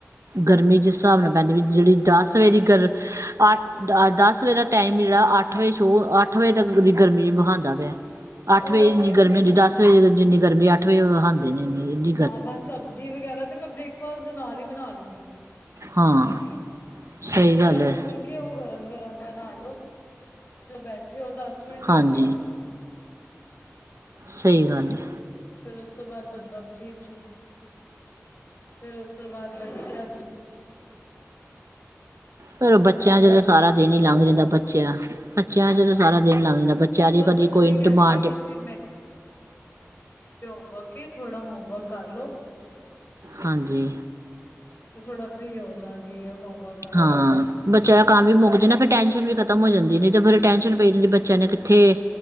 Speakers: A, on the right; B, on the left.
A: ਗਰਮੀ ਜਿਸ ਹਿਸਾਬ ਨਾਲ ਪੈਂਦੀ ਵੀ ਜਿੜੀ ਦਸ ਵਜੇ ਦੀ ਗਰ ਅੱਠ ਦਸ ਵਜੇ ਦਾ ਟਾਈਮ ਜਿਹੜਾ ਅੱਠ ਵਜੇ ਸ਼ੋਅ ਅੱਠ ਵਜੇ ਦੀ ਗਰਮੀ ਵਿਖਾਉਂਦਾ ਪਿਆ ।
B: ਉਹੀ
A: ਅੱਠ ਵਜੇ ਇਨੀ
B: ਤੇ
A: ਗਰਮੀ
B: ਹੁਣ
A: ਹੁੰਦੀ ਦਸ ਵਜੇ ਜਿੰਨੀ । ਗਰਮੀ ਅੱਠ ਵਜੇ ਵਿਖਾਉਂਦੇ ਨੇ ਇਨੀ ।
B: ਹਾਂ ਬਸ ਸਬਜ਼ੀ ਵਗੈਰਾ ਤੇ ਮੈਂ ਬ੍ਰੇਕਫਾਸਟ ਦੇ ਨਾਲ ਹੀ। ਬਣਾ ਲਈ
A: ਹਾਂ
B: ਦੀਆਂ
A: ਸਹੀ ਗੱਲ
B: ਤਦ
A: ਹੈ
B: ਫੁੱਲਕੇ ਉਹ ਗਰਮ, ਗਰਮ । <unintelligible> ਜਦੋਂ ਬੈਠੇ ਹੋ ਦਸ ਮਿੰਟ
A: ਹਾਂਜੀ
B: ਲੱਗੇ ਆ
A: ਸਹੀ ਗੱਲ ਹੈ
B: ਫੇਿਰ ਉਸ ਤੋਂ ਬਾਅਦ ਬੰਦਾ ਫ੍ਰਰੀ, ਫ੍ਰਰੀ ਫਿਰ ਉਸ ਉਸ ਤੋਂ ਬਾਅਦ ਬੱਚਿਆ ਚ
A: ਫਿਰ ਬੱਚਿਆਂ ਚ ਤਾਂ
B: ਲੱਗ
A: ਸਾਰਾ
B: ਜੋ
A: ਦਿਨ ਹੀ ਲੰਘ ਜਾਂਦਾ ਬੱਚਿਆਂ ਬੱਚਿਆਂ
B: ਹਾਂ।
A: ਚ ਤਾਂ ਸਾਰਾ ਦਿਨ ਹੀ ਲੰਘ ਜਾਂਦਾ ਬੱਚਿਆਂ ਦੀ
B: ਬਸ
A: ਕਦੀ
B: ਹੁਣ ਉਹੀ
A: ਕੋਈ
B: ਕਹਿੰਦੀ
A: ਡਿਮਾਂਡ
B: ਵੀ
A: ।
B: ਸੀ ਵਰਕਿਤ ਥੋੜਾ ਹੋਮਵਰਕ ਕਰਲ ਲੋ
A: ਹਾਂਜੀ।
B: ਤੇ ਥੋੜਾ। ਫ੍ਰਰੀ ਹੋ ਜਾਗੇ ਹੋਮਵਰਕ ਕਰਕੇ
A: ਹਾਂ ਬੱਚਿਆਂ ਦਾ
B: ਕਰ
A: ਕੰਮ ਵੀ ਮੁੱਕ ਜੇ ਨਾ ਫੇਿਰ ਟੈਸ਼ਨ ਵੀ ਖ਼ਤਮ ਹੋ ਜਾਂਦੀ ਨਹੀਂ ਤੇ ਫਿਰ ਟੈਸ਼ਨ ਭੈਣ ਜੀ ਬੱਚਿਆਂ ਨੇ ਕਿੱਥੇ